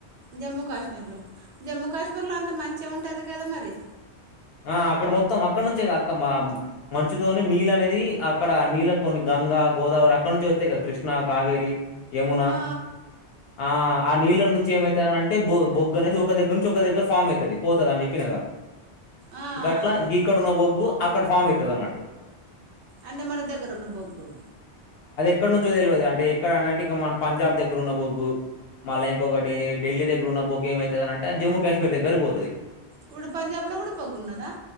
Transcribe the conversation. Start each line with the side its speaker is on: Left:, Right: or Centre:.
Right: జమ్మూ కాశ్మీర్ లో జమ్మూ కాశ్మీర్ లో అంత మంచిగా ఉంటది కదా మరి
Left: ఆ అక్కడ మొత్తం అక్కడ నుంచే అక్క మా మంచుతోని నీళ్ అనేది అక్కడ నీళ్ళ కొన్ని గంగ గోదావరి అక్కడ నుంచి వస్తాయి కద కృష్ణ కావేరి యమున
Right: ఆ
Left: ఆ నీళ్ళల నుంచి ఏమైతనింటే బొ బొగ్గు అనేది ఒక దగ్గర నుంచి ఒక దగ్గర ఫామ్ అయితుది పోతుంది అని చెప్పినద
Right: ఆ
Left: గట్లా
Right: ఆ
Left: ఇక్కడ ఉన్న బొగ్గు అక్కడ ఫామ్ అవుతుది అన్నట్టు
Right: అంటే మన దగ్గరున్న బొగ్గు
Left: ఇక్కడ నుంచో తెల్వదు అంటే ఎక్కడ అని అంటే మన పంజాబ్ దగ్గరున్న బొగ్గు మళ్ళ ఇంకొకటి డెల్లి దగ్గరున్న బొగ్గు ఏమవుతుందనంటే జమ్మూ కాశ్మీర్ ఏగరుబోతది
Right: ఇప్పుడు పంజాబ్ లో కూడా బొగ్గు ఉన్నదా